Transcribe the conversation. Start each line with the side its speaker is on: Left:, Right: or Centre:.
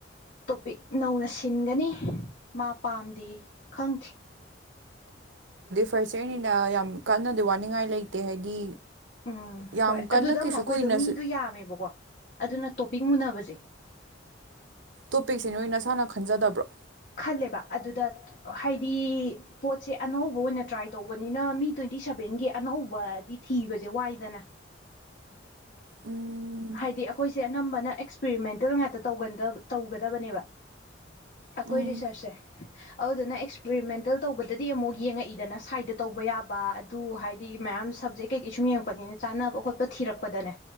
Left: ꯇꯣꯄꯤꯛ ꯅꯧꯅ ꯁꯤꯟꯒꯅꯤ ꯃꯥ ꯄꯥꯝꯗꯦꯌꯦ ꯈꯪꯗꯦ
Right: ꯐꯔꯁ ꯏꯔꯌꯅꯤꯅ ꯌꯥꯝ ꯀꯟꯅꯗꯤ ꯋꯥꯅꯤꯡꯉꯥꯏ ꯂꯩꯇꯦ ꯍꯥꯏꯗꯤ
Left: ꯎꯝ
Right: ꯌꯥꯝ
Left: ꯍꯣꯏ
Right: ꯀꯟꯅ
Left: ꯑꯗꯨꯗ
Right: ꯀꯩꯁꯨ
Left: ꯑꯃꯨꯛ ꯑꯩꯈꯣꯏꯗꯣ
Right: ꯀꯨꯏꯅꯁꯨ
Left: ꯃꯤꯗꯣ ꯌꯥꯝꯃꯦꯕꯀꯣ ꯑꯗꯨꯅ ꯇꯣꯄꯤꯛ ꯃꯨꯟꯅꯕꯁꯦ
Right: ꯇꯣꯄꯤꯛꯁꯤ ꯅꯣꯏ ꯅꯁꯥꯅ ꯈꯟꯖꯗꯕ꯭ꯔꯣ
Left: ꯈꯜꯂꯦꯕ ꯑꯗꯨꯗ ꯍꯥꯏꯗꯤ ꯄꯣꯠꯁꯦ ꯑꯅꯧꯕ ꯑꯣꯏꯅ ꯇ꯭ꯔꯥꯏ ꯇꯧꯕꯅꯤꯅ ꯃꯤ ꯇ꯭ꯋꯦꯟꯇꯤ ꯇꯤ ꯁꯚꯦꯟꯒꯤ ꯑꯅꯧꯕꯗꯤ ꯊꯤꯕꯁꯦ ꯋꯥꯏꯗꯅ
Right: ꯎꯝ
Left: ꯍꯥꯏꯗꯤ ꯑꯩꯈꯣꯏꯁꯦ ꯑꯅꯝꯕꯅ ꯑꯦꯛꯁ ꯄꯔꯤꯃꯦꯟꯇꯦꯜ ꯉꯥꯛꯇ ꯇꯧꯒꯟꯗ ꯇꯧꯒꯗꯕꯅꯦꯕ ꯑꯩꯈꯣꯏ
Right: ꯎꯝ
Left: ꯔꯤꯁꯔꯁꯁꯦ ꯑꯗꯨꯗꯨꯅ ꯑꯦ ꯑꯦꯛꯁꯄꯦꯔꯤꯃꯦꯟꯇꯦꯜ ꯇꯧꯕꯗꯗꯤ ꯑꯃꯨꯛ ꯌꯦꯡꯉꯛꯏꯗꯅ ꯁꯥꯏꯗ ꯇꯧꯕ ꯌꯥꯕ ꯑꯗꯨ ꯍꯥꯏꯗꯤ ꯃꯌꯥꯝ ꯁꯕꯖꯦꯛ ꯀꯩꯀꯩ ꯀꯩ ꯁꯨꯝ ꯌꯦꯡꯉꯛꯄꯅꯤꯅ ꯆꯥꯟꯅꯕ ꯈꯣꯠꯄ ꯊꯤꯔꯛꯄꯗꯅꯦ